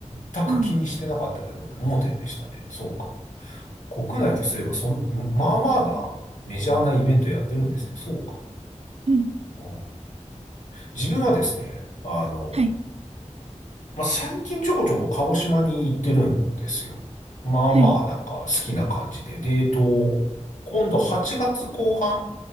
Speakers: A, on the left; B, on the right.
A: 全く気にしてなかったけど、
B: うん。
A: 盲点でしたね。そうか。国内でそういえば、そんな、まあまあな、メジャーなイベントやってるんですね。そうか。
B: うん。
A: あー自分はですね、あの
B: はい。
A: ーまあ、最近ちょこちょこ鹿児島に行ってるんですよ。まあまあ、
B: はい。
A: なんか好きな感じで。で、えっと、今度8月後半